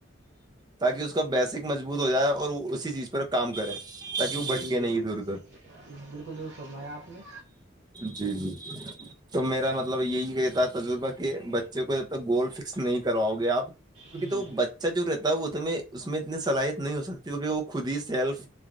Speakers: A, on the right; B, on the right.
A: تاکہ اس کا بیسک مضبوط ہو جائے اور وہ اسی چیز پر کام کریں تاکہ وہ
B: جی
A: بھٹکے
B: بالکل
A: نہیں ادھر ادھر
B: بالکل دوست فرمایا آپ نے
A: جی جی تو میرا مطلب یہی کہتا ہے تجربہ کہ بچے کو جب تک گول فکس نہیں کرواؤ گے آپ کیونکہ
B: جی
A: تو وہ بچہ جو رہتا ہے وہ ا اس میں اتنی صلاحیت نہیں ہو سکتی کیکہ وہ خود ہی سیلف